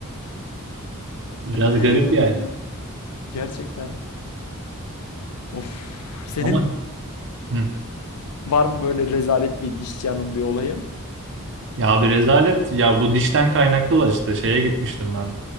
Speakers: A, on the right; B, on the left.
A: Biraz
B: <gasps>
A: garip yani.
B: Gerçekten. Of. Senin
A: Ama hı.
B: var mı böyle rezalet bir dişçi anın bir olayı?
A: Ya bir rezalet. Ya bu dişten kaynaklı var işte. Şeye gitmiştim ben.